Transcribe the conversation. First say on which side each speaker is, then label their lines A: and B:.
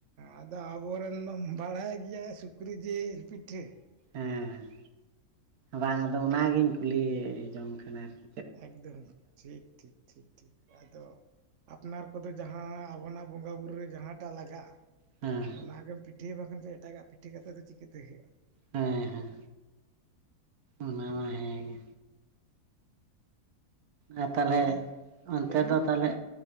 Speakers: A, on the right; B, on the right.
A: ᱟᱫᱚ ᱟᱵᱚᱨᱮᱱ ᱢᱟᱢ ᱵᱟᱲᱟᱭ ᱜᱮᱭᱟ ᱥᱩᱠᱨᱤ ᱡᱤᱞ ᱯᱤᱴᱷᱟᱹ ᱾
B: ᱦᱮᱸ ᱵᱟᱝ ᱟᱫᱚ ᱚᱱᱟᱜᱤᱧ ᱠᱩᱞᱤᱻᱤ ᱡᱚᱝ ᱠᱟᱱᱟ ᱟᱨ ᱾
A: ᱮᱠᱫᱚᱢ ᱴᱷᱤᱠ ᱴᱷᱤᱠ ᱴᱷᱤᱠ ᱴᱷᱤᱠ ᱟᱫᱚ ᱟᱯᱱᱟᱨ ᱠᱚᱫᱚ ᱡᱟᱦᱟ ᱟᱵᱚᱱᱟᱜ ᱵᱚᱸᱜᱟ ᱵᱩᱨᱩ ᱨᱮ ᱡᱟᱦᱟ ᱴᱟᱜ ᱞᱟᱜᱟᱜᱼᱟ
B: ᱦᱮᱸ
A: ᱚᱱᱟ ᱜᱮᱢ ᱯᱤᱼᱼ ᱵᱟᱠᱷᱟᱱ ᱮᱴᱟᱜ ᱯᱤᱴᱷᱟᱹ ᱠᱟᱛᱮ ᱫᱚ ᱪᱤᱠᱟᱹᱛᱮ ᱦᱩᱭᱩᱜᱼᱟ ᱾
B: ᱦᱮᱸ ᱦᱮᱸ ᱚᱱᱟ ᱢᱟ ᱦᱮᱸ ᱜᱮ ᱟᱨ ᱛᱟᱦᱞᱮ
A: ᱛᱟᱦᱚᱞᱮ
B: ᱚᱱᱛᱮ
A: ᱞᱟᱹᱭᱵᱤᱱ
B: ᱫᱚ ᱛᱟᱦᱞᱮ